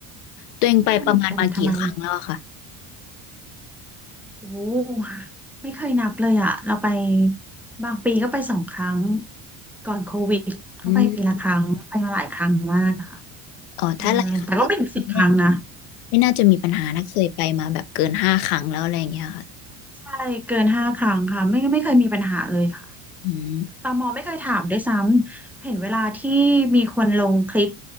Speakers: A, on the left (about 85°); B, in the centre.
A: ตัวเองไปประมาณมากี่ครั้งแล้วอะค่ะ
B: ไม่รู้เหมือนกันทำไมโอ้ไม่เคยนับเลยอ่ะเราไปบางปีก็ไปสองครั้งก่อนโควิดก็ไปปีละครั้งไปมาหลายครั้งมากค่ะ
A: อืม เออถ้าหลายครั้งก็ไม่
B: เอ่อแต่ก็ไม่ถึงสิบครั้งนะ
A: ไม่น่าจะมีปัญหานะเคยไปมาแบบเกินห้าครั้งแล้วอะไรอย่างเงี้ยค่ะ
B: ใช่เกินห้าครั้งค่ะไม่ไม่เคยมีปัญหาเลยค่ะ
A: อืม
B: ตมไม่เคยถามด้วยซ้ำ เห็นเวลาที่มีคนลงคลิป